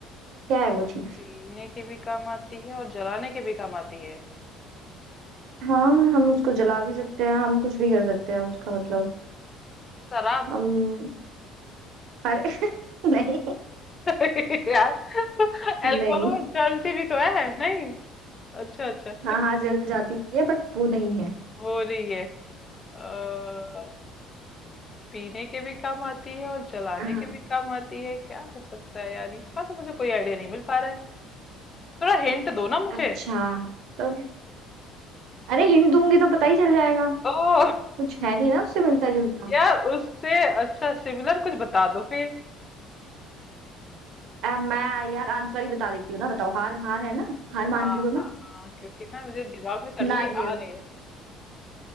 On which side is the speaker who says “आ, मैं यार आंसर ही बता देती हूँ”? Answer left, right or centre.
Right